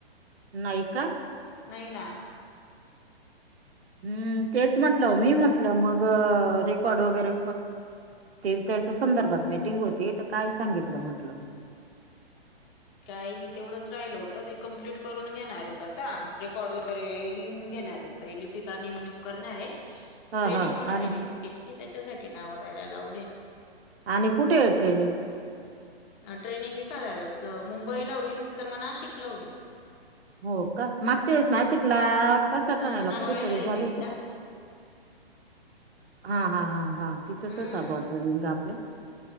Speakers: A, on the right; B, on the left.
A: नाय का
B: नाही ना
A: हम्म तेच म्हटलं मी म्हटलं मग रे कॉर्ड वगैरे ते त्याच्या संदर्भात मीटिंग होती तर काय सांगितलं म्हटलं
B: काही नाही तेवढंच राहिल होतं ते कंप्लिट करून घेणार आहेत आता रेकॉर्ड वगैरे लिहून घेणार आहेत तर लिपिका नेमणूक करणार आहे
A: हा
B: ट्रेनिंग
A: हा.
B: होणारे
A: आणि
B: लिपिकेची त्याच्यासाठी नाव द्यायला लावलेत
A: आणि कुठे आहे ट्रेनिंग
B: ट्रेनिंग एखाद्याव्यास मुंबईला होईल तर मग नाशिकला होईल
A: हो का मागच्या वेळेस नाशिकला कसा
B: ह
A: ठाण्याला कुठेतरी
B: रॉयल हेरिटेजला
A: झाले ते हा हा हा हा तिथंच
B: हम्म
A: होता बॉट रनिंग आपल्या